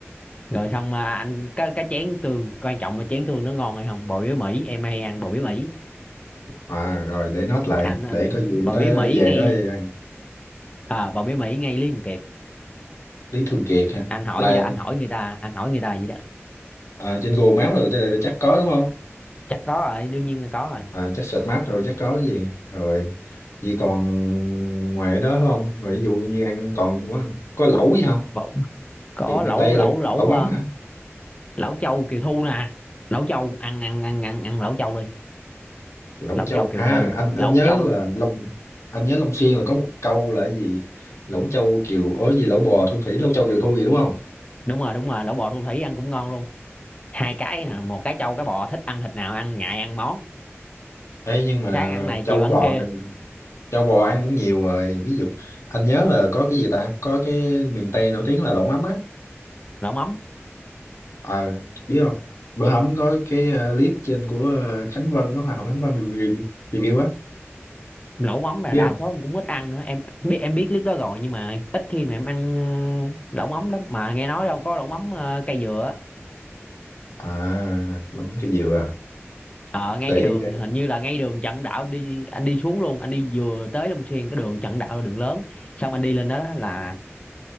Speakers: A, on the left (about 25°); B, on the left (about 80°).
A: rồi xong mà anh cái cái chén tương quan trọng là chén tương nó ngon hay không bò bía Mỹ em hay ăn bò bía Mỹ
B: à rồi để note lại
A: anh
B: để
A: ờ,
B: có gì
A: bò
B: tới
A: bía Mỹ
B: về
A: ngay
B: đó ăn.
A: à, bò bía Mỹ ngay Lý Thường Kiệt
B: Lý Thường Kiệt hả
A: anh hỏi
B: là
A: gì đó anh hỏi người ta anh hỏi người ta gì đó
B: à, trên Google Maps rồi chứ chắc có đúng không
A: chắc có rồi đương nhiên là có rồi
B: à, chắc search map rồi chắc có cái gì rồi vậy còn ngoài đó không rồi ví dụ như ăn còn có, có lẩu gì không
A: Bò- có
B: miền
A: lẩu
B: miền Tây
A: lẩu
B: là
A: lẩu
B: lẩu mắm
A: ờ,
B: hả
A: lẩu châu Kiều Thu nè lẩu châu ăn ăn ăn ăn ăn lẩu châu đi
B: lẩu
A: lẩu
B: châu
A: châu Kiều
B: à
A: Thu
B: anh anh
A: lẩu
B: nhớ
A: châu
B: là Long anh nhớ Long Xuyên là có một câu là cái gì lẩu châu kiều ối gì lẩu bò thu thủy lẩu châu kiều thu gì đúng không
A: đúng rồi đúng rồi lẩu bò thu thủy ăn cũng ngon luôn hai cái
B: Ok.
A: à, một cái châu cái bò thích ăn thịt nào ăn ngại ăn món
B: Ê, nhưng mà
A: sáng ăn này
B: châu
A: chiều ăn
B: bò
A: kia
B: châu bò ăn cũng nhiều rồi ví dụ anh nhớ là có cái gì ta có cái miền Tây nổi tiếng là lẩu mắm á
A: lẩu mắm
B: ờ biết không bữa hổm có cái ờ, clip trên của ờ, Khánh Vân cái Hoa hậu Khánh Vân review, review á
A: lẩu mắm là
B: biết
A: đa
B: không
A: số em cũng ít ăn nữa em biết em biết clip đó rồi nhưng mà ít khi mà em ăn ờ, lẩu mắm lắm mà nghe nói đâu có lẩu mắm ờ, cây dừa á.
B: à lắm cái gì à
A: ờ ngay
B: để
A: cái đường hình như là ngay đường Trần Đạo anh đi anh đi xuống luôn anh đi vừa tới Long Xuyên cái đường Trần Đạo là đường lớn xong anh đi lên đó, đó là